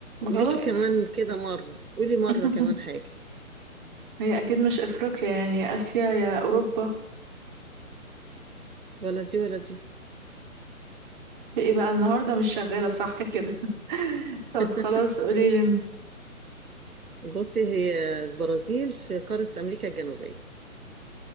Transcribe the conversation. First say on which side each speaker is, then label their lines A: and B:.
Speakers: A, on the right; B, on the right.
A: ليكي
B: غلط
A: كمان كده مرة قولي مرة
B: <laughs>
A: كمان حاجة
B: هي أكيد مش أفريقيا يعني يا آسيا يا أوروبا
A: ولا دي ولا دي
B: إيه بقى النهاردة مش شغالة صح كده <laughs>
A: <laughs>
B: طب خلاص قولي لي انت
A: بصي هي البرازيل في قارة أمريكا الجنوبية